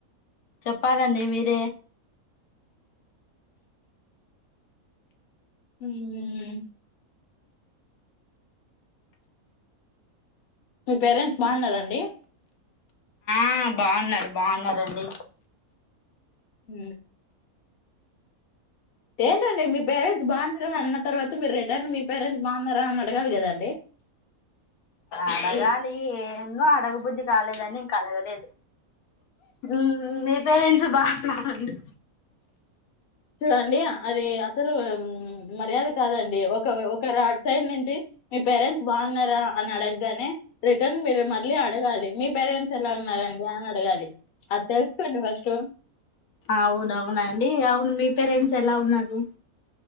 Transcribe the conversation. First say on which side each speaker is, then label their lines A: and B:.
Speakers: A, on the left (about 85°); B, on the left (about 50°).
A: చెప్పాలండి మీరే
B: ఊమ్ మీ పేరెంట్స్ బాగున్నరండి
A: ఆ బాగున్నారు బాగున్నారండి
B: ఊ ఏంటండి మీ పేరెంట్స్ బాగున్నారా అన్న తర్వాత మీరు రిటర్న్ మీ పేరెంట్స్ బాగున్నారా అని అడగాలి కదాండి
A: అడగాలి ఏందో అడగుబుద్ధి కాలేదని ఇం కడగలేదు ఊ మీ పేరెంట్స్ బాగున్నారండి
B: చూడండి అది అసలు మర్యాద కాదండి ఒక ఒకరాసైడ్ నుంచి మీ పేరెంట్స్ బాగున్నారా అ అని అడగగానే రిటర్న్ మీరు మళ్ళీ అడగాలి మీ పేరెం ఎలా ఉన్నారండి అని అడగాలి అది తెలుసుకోండి ఫస్ట్
A: అవునవునండి అవును మీ పేరెంట్స్ ఎలా ఉన్నారు